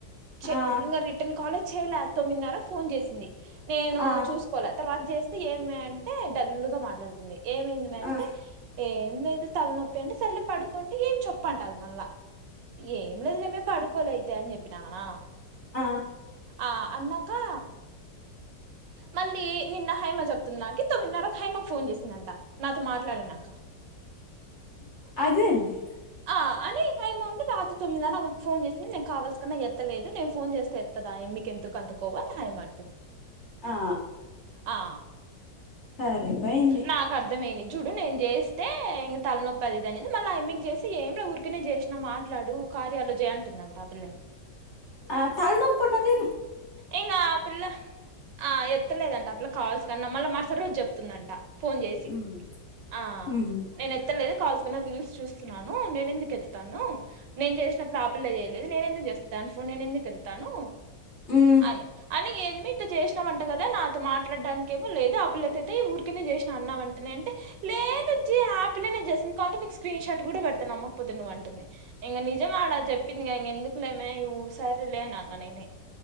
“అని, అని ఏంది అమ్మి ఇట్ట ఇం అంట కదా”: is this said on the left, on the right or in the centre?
Right